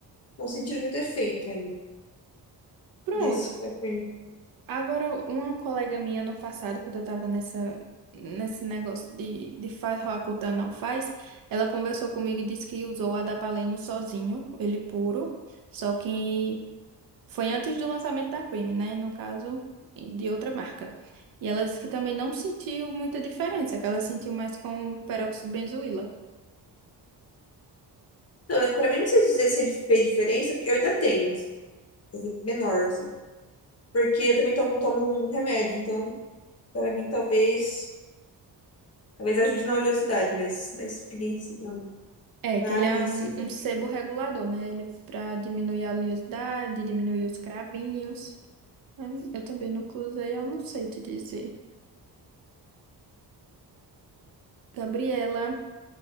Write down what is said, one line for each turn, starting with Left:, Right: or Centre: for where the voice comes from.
Left: não sentiram muito efeito ainda
Right: Pronto,
Left: desse. da Prim.
Right: Agora, uma colega minha no passado, quando eu tava nessa, nesse negócio de, de faz Roacutan não faz, ela conversou comigo e disse que usou a Adapaleno sozinho, ele puro, só que foi antes do lançamento da Cream, né? No caso, de outra marca. E ela disse que também não sentiu muita diferença, que ela sentiu mais com o peróxido de benzoíla.
Left: Não, pra mim, não sei dizer se ele fez diferença, porque eu ainda tenho, assim, menor, assim. Porque eu também tomo, tomo um remédio, então, pra mim, talvez, talvez ajude na oleosidade, mas na espinha, em si, não,
Right: É,
Left: na
Right: que ele
Left: acne
Right: é
Left: em si,
Right: um,
Left: talvez.
Right: um sebo regulador, né? Ele é pra diminuir a oleosidade, diminuir os cravinhos. Hum, Eu também nunca usei, eu não sei te dizer. Gabriela,